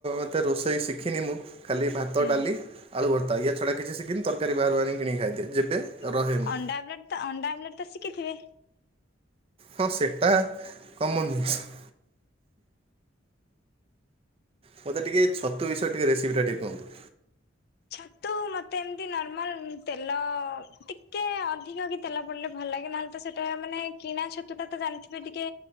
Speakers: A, on the right; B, on the left.
A: ଏତେ ରୋଷେଇ ଶିଖିନି ମୁଁ ଖାଲି ଭାତ
B: ହୁଁ
A: ଡାଲି ଆଳୁ ଭର୍ତ୍ତା ୟାଛଡ଼ା କିଛି ଶିକିନି ତରକାରୀ ବାର ବାର ହିଁ କିଣିକି ଖାଇଦିଏ ଯେବେ
B: ହଁ
A: ରହେ ମୁଁ।
B: ଅଣ୍ଡା ଆମ୍ଲେଟ ତ ଅଣ୍ଡା ଆମ୍ଲେଟ ତ ଶିଖିଥିବେ?
A: ହଁ ସେଟା କମନ୍ ଜିନିଷ। ମୋତେ ଟିକେ ଛତୁ ବିଷୟ ଟିକେ ରେସିପିଟା ଟିକେ କୁହନ୍ତୁ।
B: ଛତୁ ମତେ ଏମିତି ନର୍ମାଲ ତେଲ ଟିକେ ଅଧିକ କି ତେଲ ପଡିଲେ ଭଲ ଲାଗେ ନହେଲେ ତ ସେଟା ମାନେ କିଣା ଛତୁ ଟା ତ ଜାଣିଥିବେ ଟିକେ